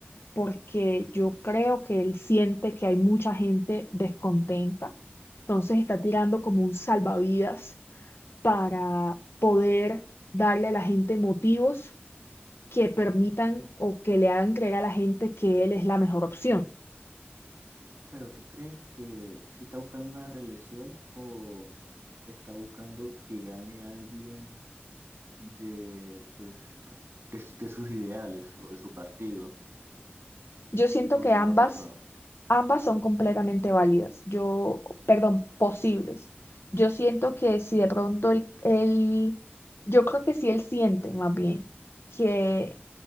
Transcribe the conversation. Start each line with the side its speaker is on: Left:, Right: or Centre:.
Left: porque yo creo que él siente que hay mucha gente descontenta. Entonces está tirando como un salvavidas para poder darle a la gente motivos que permitan o que le hagan creer a la gente que él es la mejor opción.
Right: Pero ¿tú crees que si está buscando una reelección o está buscando que gane alguien de, pues, de, de sus ideales o de su partido
Left: Yo siento
Right: o
Left: que
Right: la
Left: ambas,
Right: misma persona?
Left: ambas son completamente válidas. Yo, perdón, posibles. Yo siento que si de pronto él, él- yo creo que si él siente más bien que